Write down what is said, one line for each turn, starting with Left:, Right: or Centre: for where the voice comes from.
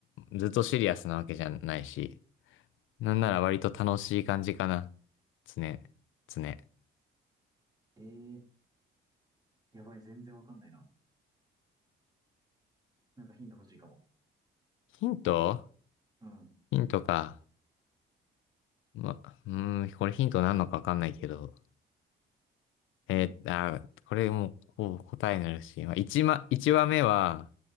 Left: ずっとシリアスなわけじゃないし、なんなら割と楽しい感じかな。つね、つね。
Right: えー、やばい、全然わかんないな。なんかヒント欲しいかも。
Left: ヒント
Right: うん、
Left: ヒントか。ま、うーん、これヒントなんのかわかんないけど。えー、
Right: うん、
Left: あー、これもう、こう答えになるし、まあ、1ま、一話目は、